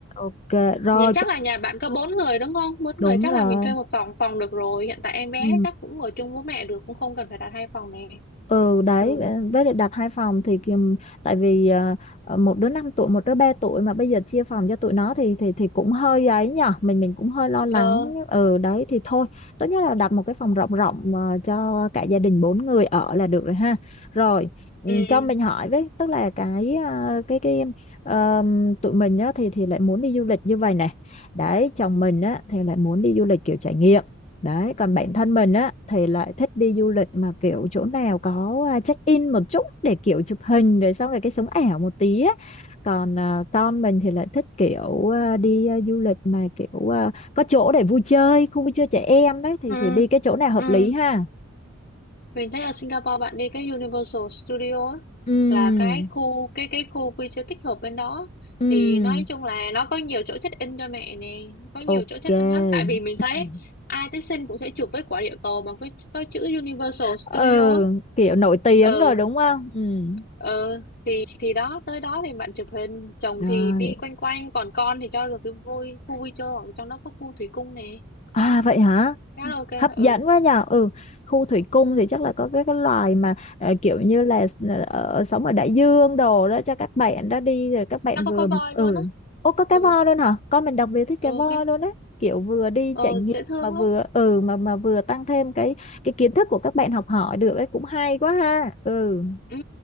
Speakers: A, on the left; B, on the left.
A: ok. Rồi
B: nhà chắc
A: chắc
B: là nhà bạn có bốn người đúng không? Bốn
A: đúng
B: người chắc
A: rồi.
B: là mình thuê một phòng phòng được rồi. Hiện tại em bé
A: Ừ.
B: chắc cũng ở chung với mẹ được cũng không cần phải đặt hai phòng nè.
A: ừ đấy
B: Ừ.
A: ờ, với lại đặt hai phòng thì kìm tại vì ờ, ờ, một đứa 5 tuổi một đứa 3 tuổi mà bây giờ chia phòng cho tụi nó thì thì thì cũng hơi ấy nhở mình mình cũng hơi lo lắng
B: Ờ,
A: ừ đấy thì thôi tốt nhất là đặt một cái phòng rộng rộng ờ, cho cả gia đình bốn người ở là được rồi ha rồi ừ,
B: ừ,
A: cho mình hỏi với tức là cái ờ, cái cái ờm, tụi mình á thì thì lại muốn đi du lịch như vậy này đấy chồng mình á thì lại muốn đi du lịch kiểu trải nghiệm Đấy, còn bản thân mình á thì lại thích đi du lịch mà kiểu chỗ nào có à, check-in một chút để kiểu chụp hình rồi xong rồi cái sống ảo một tí á. Còn à, con mình thì lại thích kiểu à, đi à, du lịch mà kiểu à, có chỗ để vui chơi, khu vui chơi trẻ em đấy thì
B: ừ,
A: thì đi cái chỗ nào hợp
B: ừ.
A: lý ha.
B: Mình thấy ở Singapore bạn đi cái Universal Studio á,
A: Ừm,
B: là cái khu cái cái khu vui chơi tích hợp bên đó
A: ừm,
B: thì nói chung là nó có nhiều chỗ check in cho mẹ nè, có nhiều
A: ok.
B: chỗ check in lắm tại vì mình thấy
A: Ừm.
B: ai tới sinh cũng sẽ chụp với quả địa cầu mà có có chữ Universal Studio
A: Ừ,
B: á.
A: kiểu nổi tiếng
B: Ờ,
A: rồi đúng không? Ừm.
B: ờ thì thì đó tới đó thì bạn chụp hình, chồng
A: Rồi.
B: thì đi quanh quanh còn con thì cho được cái vui khu vui chơi hoặc trong đó có khu thủy cung nè.
A: À vậy hả?
B: Khá là ok.
A: hấp
B: Ừ.
A: dẫn quá nhờ ừ khu thủy cung thì chắc là có cái, cái loài mà ờ, kiểu như là s- sống ở đại dương đồ đó cho các bạn đó đi rồi các bạn
B: nó có
A: vừa
B: có voi
A: ừ
B: luôn á
A: ô có cá
B: ừ
A: voi luôn hả con mình đặc biệt thích
B: ừ
A: cá voi
B: cái
A: luôn đấy kiểu vừa đi
B: ờ,
A: trải nghiệm
B: dễ thương
A: mà vừa
B: lắm
A: ừ mà mà vừa tăng thêm cái cái kiến thức của các bạn học hỏi được ấy cũng hay quá ha ừ
B: ừ,